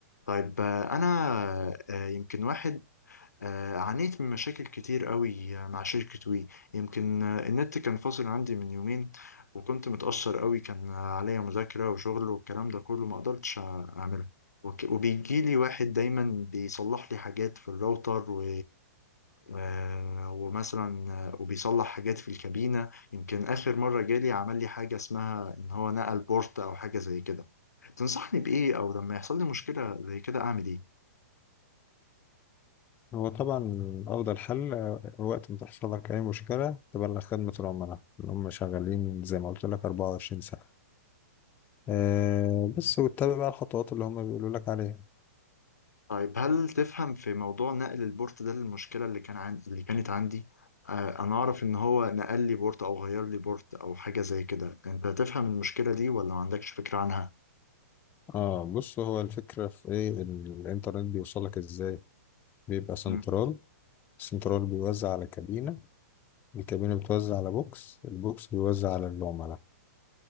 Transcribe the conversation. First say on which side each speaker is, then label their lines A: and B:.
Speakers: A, on the left; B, on the left.
A: طيب آه، انا آه، يمكن واحد آه، عانيت من مشاكل كتير قوي آه، مع شركة وي يمكن آه، النت كان فاصل عندي من يومين وكنت متأثر قوي كان آه، عليا مذاكرة وشغل والكلام ده كله ما قدرتش آه، أعمله وك- وبيجيلي واحد دايما بيصلح لي حاجات في الراوتر و... آه، ومثلا آه، وبيصلح حاجات في الكابينة يمكن آخر مرة جالي عمل لي حاجة اسمها إن هو نقل بورت أو حاجة زي كده تنصحني بإيه أو لما يحصل لي مشكلة زي كده أعمل إيه؟
B: هو طبعا أفضل حل آه، وقت ما تحصل لك أي مشكلة تبلغ خدمة العملاء إن هم شغالين زي ما قلت لك 24 ساعة آه بس واتبع بقى الخطوات اللي هم بيقولوا لك عليها
A: طيب هل تفهم في موضوع نقل البورت ده المشكلة اللي كان عن... اللي كانت عندي آه أنا أعرف إن هو نقل لي بورت أو غير لي بورت أو حاجة زي كده أنت تفهم المشكلة دي ولا ما عندكش فكرة عنها؟
B: اه بص هو الفكرة في ايه الانترنت بيوصلك ازاي بيبقى سنترال
A: مم.
B: السنترال بيوزع على كابينة الكابينة بتوزع على بوكس البوكس بيوزع على العملاء